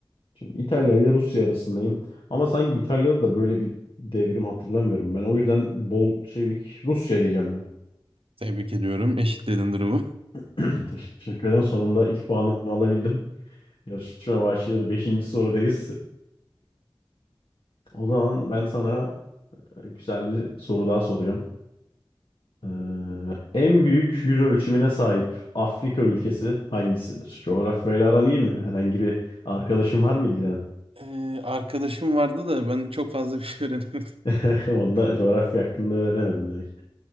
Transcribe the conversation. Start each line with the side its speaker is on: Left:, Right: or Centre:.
Left: Şimdi İtalya ile Rusya arasındayım. Ama sanki İtalya'da da böyle bir devrim hatırlamıyorum ben. O yüzden Bolşevik Rusya diyeceğim ben.
Right: Tebrik ediyorum. Eşitledin durumu.
Left: <clears throat> Teşekkür ederim. Sonunda ilk puanımı alabildim. Yarışma başladı. Beşinci sorudayız. O zaman ben sana Güzel bir soru daha soracağım. Ee, en büyük yüz ölçümüne sahip Afrika ülkesi hangisidir? Coğrafyayla aran iyi mi? Herhangi bir arkadaşın var mı ilgilenen?
Right: Ee, arkadaşım vardı da ben çok fazla bir şey öğrenemedim. <laughs>
Left: <laughs> Onda coğrafya hakkında öğrenemedin demek.